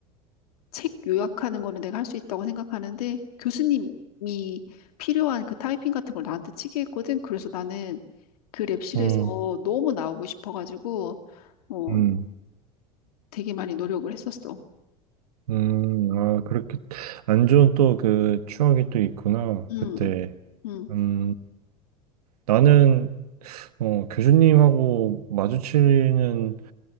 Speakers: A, on the left (about 80°); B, on the right (about 80°).
A: 책 요약하는 거는 내가 할 수 있다고 생각하는데 교수님이 필요한 그 타이핑 같은 걸 나한테 치게 했거든. 그래서 나는 그 랩실에서
B: 음,
A: 너무 나오고 싶어가지고 어
B: 음,
A: 되게 많이 노력을 했었어.
B: 음, 아, 그렇게 안 좋은 또 그 추억이 또 있구나.
A: 음,
B: 그때.
A: 음,
B: 음. 나는 어, 교수님하고 마주치는